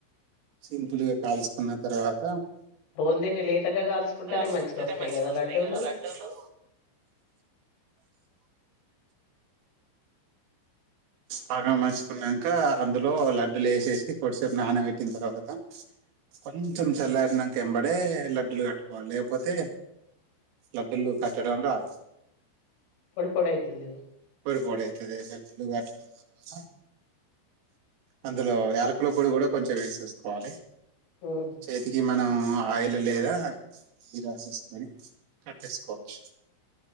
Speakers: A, on the right; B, on the left.
A: సింపుల్ గా కాల్చుకున్న తర్వాత
B: బూందీని లేతగా
A: కాల్చుకుంటేనే
B: మంచిగొస్తాయి
A: మంచిగా
B: గదా!
A: వస్తాయి
B: లడ్డూలు
A: కదా లడ్డులు బాగా మర్చుకున్నాక అందులో లడ్డూలు ఏసేసి కొద్దిసేపు నానబెట్ ట్టిన తర్వాత కొంచెం చల్లారినాంక వెంబడే లడ్డులు కట్టుకోవాలి లేకపోతే లడ్డులు కట్టడం రాదు
B: పొడి పొడైతదేమో.
A: పొడి పొడి అయితది ఐతే లడ్లు కట్టుకున్న తర్వాత అందులో యాలకుల పొడి కూడ కొంచెం వేసేసుకోవాలి
B: హ్మ్.
A: చేతికి మనం ఆయిల్ లేదా <inaudible> రాసేసుకొని కట్టేసుకోవచ్చు